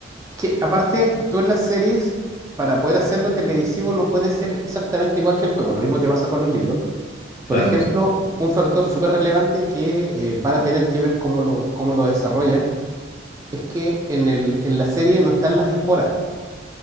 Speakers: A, on the right (about 15°); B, on the left (about 45°).
A: Es que aparte, tú en las series, para poder hacerlo televisivo, no puede ser exactamente igual que el juego. Lo mismo te pasa con los libros.
B: Claro
A: Por ejemplo,
B: que sí.
A: un factor súper relevante que eh, van a tener que ver cómo lo, cómo lo desarrollan es que en, el, en la serie no están las esporas.